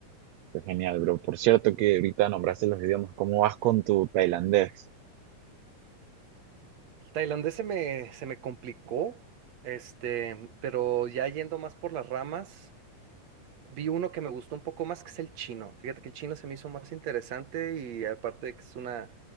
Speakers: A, on the right (about 80°); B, on the right (about 60°).
A: Fue genial, bro. Por cierto que ahorita nombraste los idiomas. ¿Cómo vas con tu tailandés?
B: Tailandés se me, se me complicó, este, pero ya yendo más por las ramas, vi uno que me gustó un poco más, que es el chino. Fíjate que el chino se me hizo más interesante y aparte de que es una